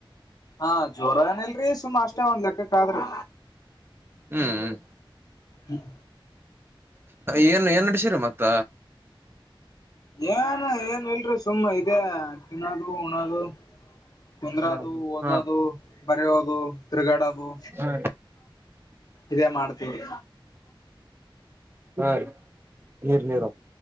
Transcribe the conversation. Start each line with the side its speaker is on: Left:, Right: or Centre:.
Left: ಹಾ ಜೋರ ಏನಿಲ್ರರಿ ಸುಮ ಅಷ್ಟೇ ಒಂದ್ ಲೆಕ್ಕಕ್ಕ ಆದ್ರಿ
Right: ಹ್ಮ್ ಹ್ಮ್
Left: ಹ್ಮ್
Right: ಏನ್ ಎನ್ನಡಸೀರ ಮತ್ತ
Left: ಏನ್ ಏನ್ ಇಲ್ರಿ ಸುಮ್ಮ ಇದೇ ತಿನ್ನೋದು ಹಣದು ತೊಂದ್ರ
Right: ಹಾ
Left: ಅದು ಓದದು
Right: ಹಾ
Left: ಬರಿೋದು ಚ ತಿರುಗಡದು
Right: ಹಾ
Left: ಇದೇ ಮಾಡ್ತೀವ್ರಿ
Right: ಆ ನೀರ್ ನೀರ